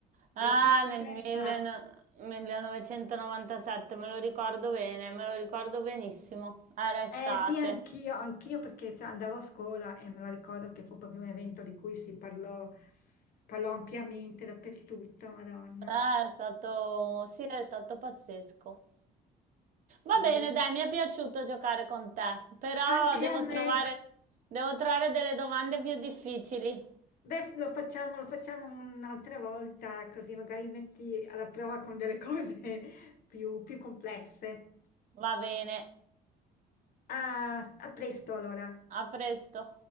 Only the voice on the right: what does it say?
Ah,
nel 1900 1997, me lo ricordo bene, me lo ricordo benissimo. Era estate.
Eh, È stato, sì, è stato pazzesco. Va bene,
dai, mi è piaciuto giocare con te, però
devo
trovare, devo trovare delle domande più difficili.
Va bene,
a presto.